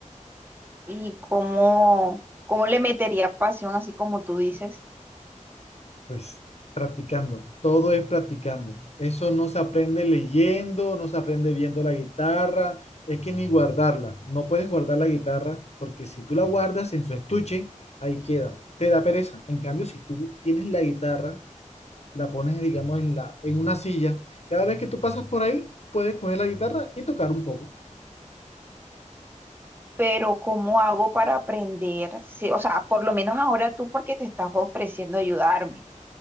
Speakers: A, on the right; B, on the left.
A: y cómo, cómo le metería pasión, así como tú dices,
B: Pues practicando, todo es practicando. Eso no se aprende leyendo, no se aprende viendo la guitarra, es que ni guardarla. No puedes guardar la guitarra porque si tú la guardas en su estuche, ahí queda. Te da pereza. En cambio, si tú tienes la guitarra, la pones, digamos, en la, en una silla. Cada vez que tú pasas por ahí, puedes coger la guitarra y tocar un poco.
A: pero cómo hago para aprender, Sí, o sea, por lo menos ahora tú porque te estás ofreciendo ayudarme,